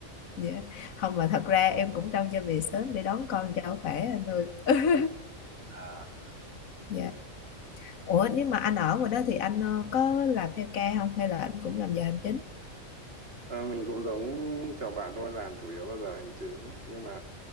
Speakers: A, on the left; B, on the right.
A: dạ không mà thật ra em cũng trông cho về sớm để đón con cho khỏe anh ơi <laughs>
B: à
A: dạ ủa nếu mà anh ở ngoài đó thì anh ờ, có làm theo ca không hay là anh cũng làm giờ hành chính
B: Ờ, mình cũng giống chồng bạn thôi làm chủ yếu là giờ hành chính nhưng mà